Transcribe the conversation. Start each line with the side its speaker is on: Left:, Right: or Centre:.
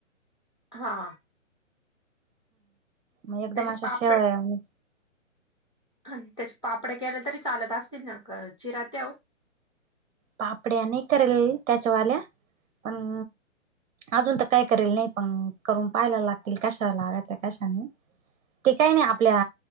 Left: हा.
Right: म एकदम
Left: त्याचे
Right: अशा
Left: पापड
Right: श नी
Left: आणि त्याचे पापडे केला तरी चालत असतील ना का चिरात्या ओ.
Right: पापड्याने करेल त्याच्यावाल्या पण अजून तर काही करेल नाही पण करून पहायला लागतील कशाला लागा त्या कशाने ते काही नाही आपल्या